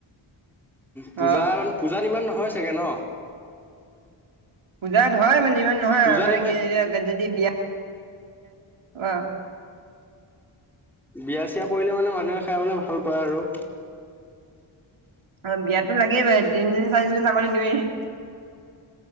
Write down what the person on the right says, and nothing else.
অ
পূজাত হয় মানে ইমান নহয়
আৰু মানে
কি যদি বিয়া অহ ',
অ, বিয়াতো লাগেই তিনিজনী চাৰিজনী ছাগলৈ দি আহি